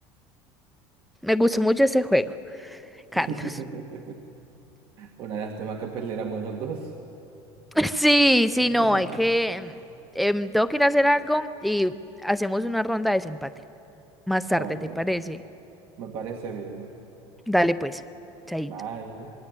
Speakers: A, in the centre; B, on the right.
A: me gustó mucho ese juego, Carlos.
B: <laughs>
A: <laughs>
B: Una lástima que perdiéramos los dos.
A: Sí, sí,
B: <laughs>
A: no, hay que... em, em, tengo que ir a hacer algo y hacemos una ronda de desempate. Más
B: Ok,
A: tarde, ¿te parece?
B: me parece bien.
A: Dale pues, chaito.
B: Bye.